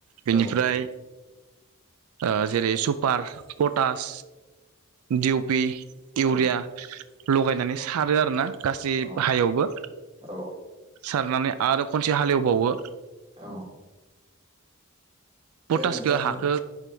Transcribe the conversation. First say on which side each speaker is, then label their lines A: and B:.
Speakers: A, on the right; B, on the right.
A: बेनिफ्राइ
B: औ
A: ओ जेरै सुफार तास दिउपि
B: औ
A: इउरिया लगायनानै सारो आर ना। गासै
B: औ
A: बाहायावबो
B: अ औ
A: सारनानै आरो खनसे हालेवबावो।
B: औ
A: पटासखौ
B: फाय नोंथां
A: हाखौ